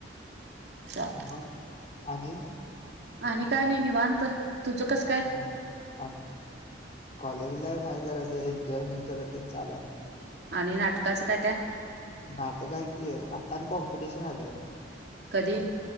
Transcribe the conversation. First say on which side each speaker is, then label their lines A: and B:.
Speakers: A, on the right; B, on the left.
A: चाल.
B: मग आणि.
A: आणि काय नाही निवांत तुझं कस.
B: ह कॉलेजला हाय जरा अस एन्जॉयमेंट जरास चालू हाय
A: आणि नाटकाचं काय काय.
B: नाटक आहे की, आत्ता आणि कॉम्पिटिशन आलंय.
A: कधी?